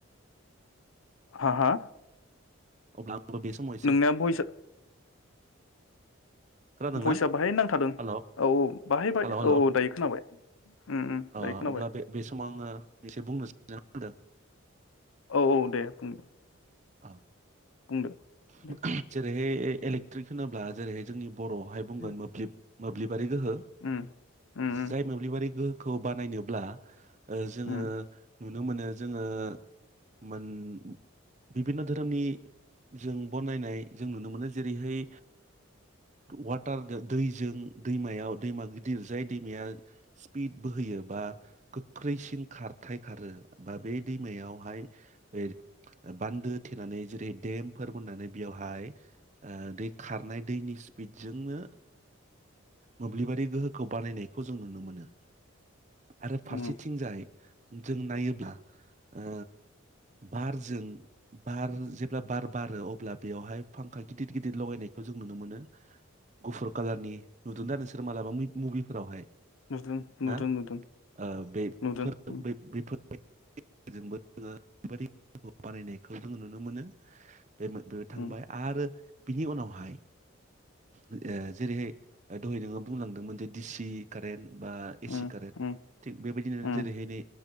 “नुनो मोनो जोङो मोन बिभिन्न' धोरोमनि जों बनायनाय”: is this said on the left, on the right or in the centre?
Right